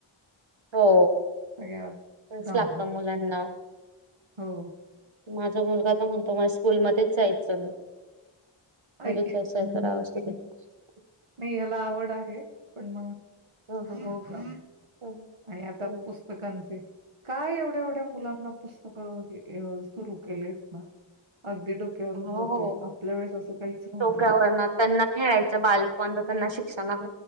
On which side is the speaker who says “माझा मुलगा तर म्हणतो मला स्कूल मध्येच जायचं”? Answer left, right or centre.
Right